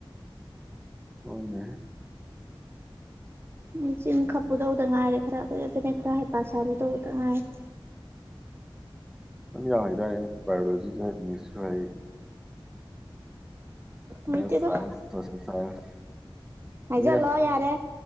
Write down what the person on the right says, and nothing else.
ꯑꯩ ꯆꯤꯟ ꯈꯥꯞꯄꯨꯗꯧꯗ ꯉꯥꯏꯔꯦ ꯈꯔ ꯐꯕꯅꯦ ꯈꯔ ꯍꯩꯐ ꯁꯥꯔꯨꯗꯧꯕꯗ ꯉꯥꯏꯔꯦ
ꯂꯩꯇꯦꯗ
ꯍꯥꯏꯖꯜꯂꯣ
ꯌꯥꯔꯦ